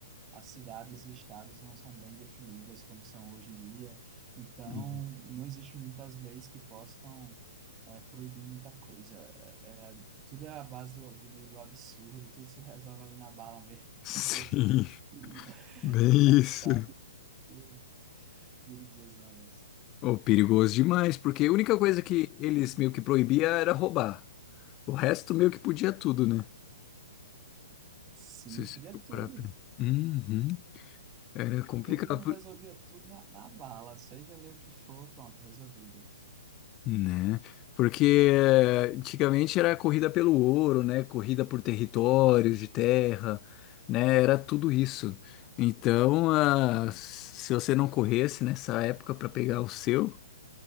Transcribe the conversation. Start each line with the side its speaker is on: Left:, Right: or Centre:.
Right: As cidades e estados não são bem definidas como são hoje em dia, então
Left: Uhum.
Right: não existe muitas leis que possam eh, proibir muita coisa. É, é, tudo é a base do, do meio do absurdo, tudo se resolve ali na bala mesmo.
Left: Sim,
Right: <laughs>
Left: bem
Right: É engraçado
Left: isso.
Right: e perigoso, né, guys?
Left: Oh, perigoso demais, porque a única coisa que eles meio que proibia era roubar. O resto meio que podia tudo, né?
Right: Sim,
Left: Se você
Right: podia
Left: for parar
Right: tudo.
Left: pra- Uhum. Era complicado.
Right: Todo mundo resolvia tudo na, na bala, seja ali o que for, pronto, resolvido.
Left: Né? Porque eh, antigamente era corrida pelo ouro, né? Corrida por territórios de terra, né? Era tudo isso. Então, ah, se você não corresse nessa época para pegar o seu,